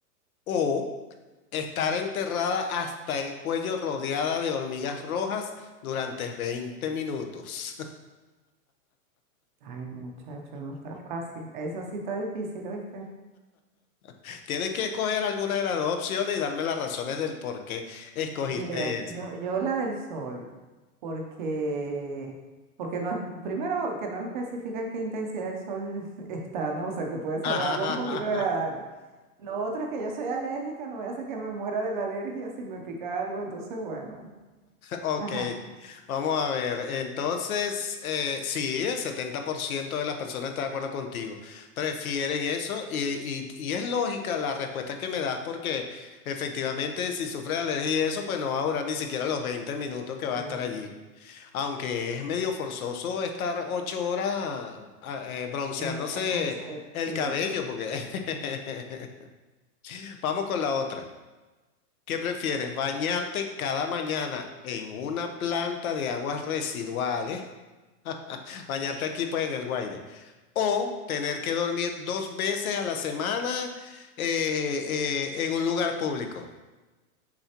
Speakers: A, on the left (about 65°); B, on the right (about 30°).
A: o... Estar enterrada hasta el cuello rodeada de hormigas rojas durante veinte minutos.
B: Ay, muchacho, no está fácil. Eso sí está difícil, ¿oíste?
A: <laughs> Tienes que escoger alguna de las dos opciones y darme las razones del por qué escogiste
B: Mira,
A: eso.
B: yo, yo la del sol, porque, porque no es, primero que no especifican qué intensidad del sol <laughs> está, ¿no? O sea, que puede ser
A: <laughs>
B: algo un poquito agradable. Lo otro es que yo soy alérgica, no voy a hacer que me muera de la alergia si me pica algo, entonces bueno.
A: Ok,
B: Ajá,
A: vamos a ver. Entonces, eh, sí, el 70% de las personas está de acuerdo contigo. Prefieren eso y, y- y es lógica la respuesta que me das porque efectivamente si sufre de alergia y eso, pues no va a durar ni siquiera los 20 minutos que va
B: claro.
A: a estar allí. Aunque es medio forzoso estar ocho horas ah, eh, bronceándose
B: En el concepto,
A: el
B: sí.
A: cabello, porque <laughs> vamos con la otra. ¿Qué prefieres? ¿Bañarte cada mañana en una planta de aguas residuales? <laughs> Bañarte aquí pues en el Guaire. ¿O tener que dormir dos veces a la semana eh, eh, en un lugar público?